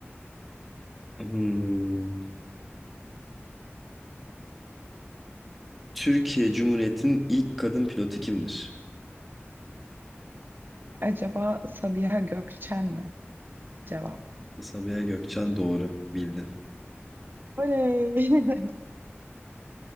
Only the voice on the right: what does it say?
Acaba Sabiha Gökçen mi? Cevap.
Oley. <laughs>